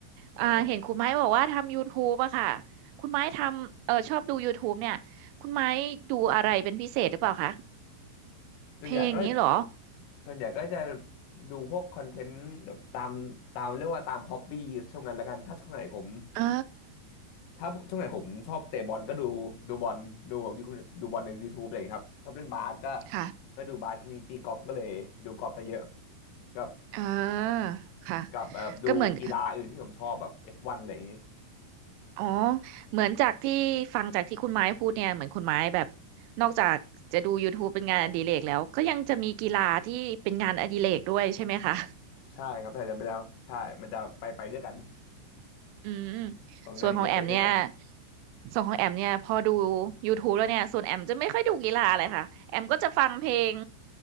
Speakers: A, on the left; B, on the right.
A: ใช่
B: อ่าเห็นคุณไม้บอกว่าทำ YouTube อะค่ะคุณไม้ทำเออชอบดู YouTube เนี่ยคุณไม้ดูอะไรเป็นพิเศษหรือเปล่าคะ
A: ส่วนใหญ่ก็
B: เพลงอย่างนี้เหรอ
A: ส่วนใหญ่ก็จะดูพวกคอนเทนต์แบบตามตามเรียกว่าตามฮอบบี้ช่วงนั้นละกันถ้าช่วงไหนผม
B: อ่า
A: ถ้าช่วงไหนผมชอบเตะบอลก็ดูดูบอลดูยูทูบดูบอลใน YouTube อะไรอย่างเงี้ยครับชอบเล่นบาสก็
B: ค่ะ
A: ก็ดูบาสช่วงนี้ตีกอล์ฟก็เลยดูกอล์ฟซะเยอะกับ
B: อ่าค่ะ
A: กับเอ่อดูกีฬาอื่นที่ผมชอบแบบ
B: ก็เหมือน
A: F1 อฟวันอะไรอย่างงี้
B: อ๋อเหมือนจากที่ฟังจากที่คุณไม้พูดเนี่ยเหมือนคุณไม้แบบนอกจากจะดูยู u ู u e เป็นงานอดิเรกแล้วก็ยังจะมีกีฬาที่เป็นงานอดิเรกด้วยใช่ไหมคะ
A: ใช่ครับแต่จะไปแล้วใช่มันจะไปไปด้วยกัน
B: อืม
A: สองอย่างนี้จะไปด้วยกัน
B: ส่วนของแอมเนี่ยส่วนของแอมเนี่ยพอดูย o ทู u แล้วเนี่ยส่วนแอมจะไม่ค่อยดูกีฬาเลยค่ะแอมก็จะฟังเพลง